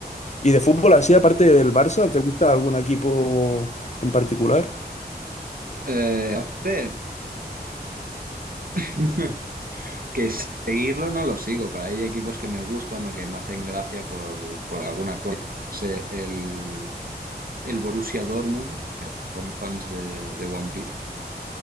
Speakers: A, on the left (about 40°); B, on the right (about 60°).
A: ¿Y de fútbol así, aparte del Barça, te gusta algún equipo en particular?
B: Eh, a ver, <laughs> que seguirlo no lo sigo, pero hay equipos que me gustan o que me hacen gracia por, por alguna cosa. Yo qué sé, el, el Borussia Dortmund, son fans de, de One Piece. <laughs>